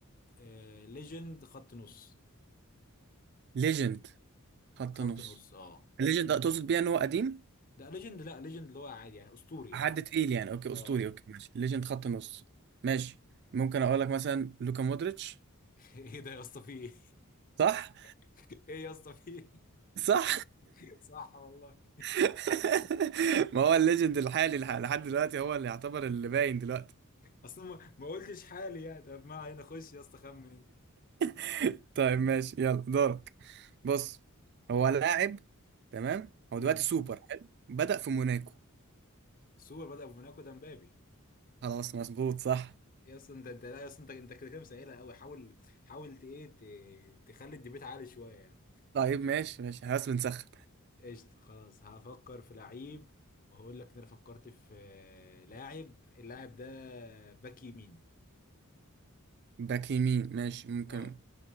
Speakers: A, on the left; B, on the right.
A: آه... ليجند خط نص
B: ليجند خط
A: خط
B: نص
A: نص اه
B: الليجند ده تقصد بيها إن هو قديم
A: ده ليجند لا ليجند اللي هو عادي يعني اسطوري يعني
B: حد تقيل يعني أوكي
A: اه
B: أسطوري أوكي ماشي ليجند خط نص ماشي ممكن أقول لك مثلا لوكا مودريتش
A: <laughs> ايه ده يا اسطى في ايه
B: صح
A: <laughs> ايه يا اسطى في ايه
B: صح
A: <laughs> صح والله
B: <laughs> ما هو الليجند الحالي لح- لحد دلوقتي هو اللي يعتبر اللي باين دلوقتي
A: اصلا ما ما قلتش حالي يعني طب ما علينا خش يا اسطى خمن انت
B: <laughs> طيب ماشي يلا دورك بص هو لاعب تمام هو
A: امم
B: دلوقتي سوبر حلو بدأ في موناكو
A: سوبر بدأ بموناكو ده مبابي
B: خلاص مظبوط صح
A: يا اسطى انت انت لا يا اسطى انت انت كده كده مسهلها قوي حاول حاول ت- ايه ت- تخلي الديبيت عالي شويه يعني
B: طيب ماشي ماشي خلاص بنسخن
A: قشطة خلاص هفكر في لعيب وهقول لك ان انا فكرت في آه، لاعب اللاعب ده باك يمين
B: باك يمين ماشي ممكن
A: اه